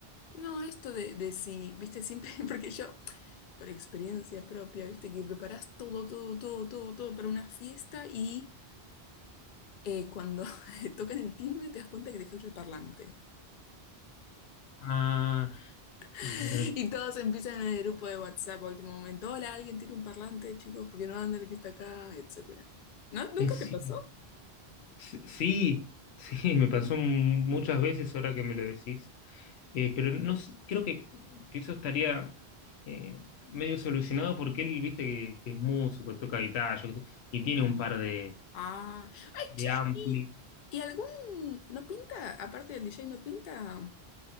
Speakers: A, on the left (about 60°); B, on the left (about 80°).
A: No, esto de, de si, viste, siempre, <laughs> porque yo, por experiencia propia, viste, que preparás todo, todo, todo, todo, todo para una fiesta y eh, cuando <laughs> tocan el timbre te das cuenta que te falta el parlante.
B: Ah,
A: <laughs>
B: es verdad.
A: Y todos empiezan en el grupo de WhatsApp a último momento. Hola, alguien tiene un parlante, chicos, porque no anda el que está acá, etcétera. ¿No? ¿Nunca
B: Es cierto.
A: te pasó?
B: S- sí, sí, <laughs> me pasó m- muchas veces ahora que me lo decís. Eh, pero no s- creo que, que eso estaría eh, medio solucionado porque él, viste, que, que es músico, toca guitarra, yo qué sé, y tiene
A: Ah.
B: un par de,
A: Ah. Ay,
B: de
A: che,
B: amplis.
A: ¿y, y algún no pinta, aparte del DJ, no pinta